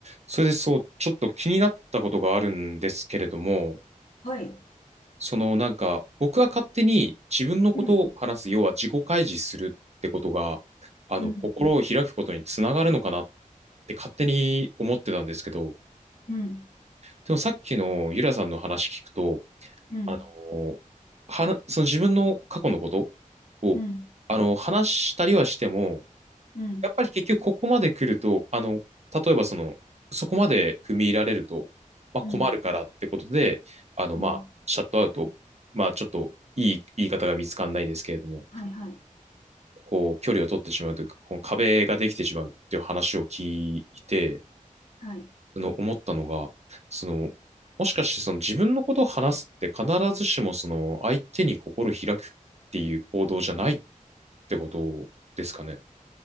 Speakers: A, on the right (about 50°); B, on the left (about 80°).
A: それでそう、ちょっと気になったことがあるんですけれども、
B: はい。
A: そのなんか、僕は勝手に自分のことを話す、
B: うん、
A: 要は自己開示するってことが、あの、
B: うん、
A: 心を開くことにつながるのかなって勝手に思ってたんですけど、
B: うん、
A: でもさっきのゆらさんの話聞くと、
B: うん、
A: あの、はな、その自分の過去のことを、
B: うん、
A: あの、話したりはしても、
B: うん、
A: やっぱり結局ここまで来ると、あの、例えばその、そこまで踏み入られると、まあ困るからってことで、
B: うん、
A: あの、
B: うん。
A: まあ、シャットアウト、まあちょっといい言い方が見つかんないですけれども、
B: はい、はい、
A: こう、距離を取ってしまうというか、この壁ができてしまうっていう話を聞いて、
B: はい。
A: その思ったのが、その、もしかしてその自分のことを話すって必ずしもその相手に心開くっていう行動じゃないってことですかね。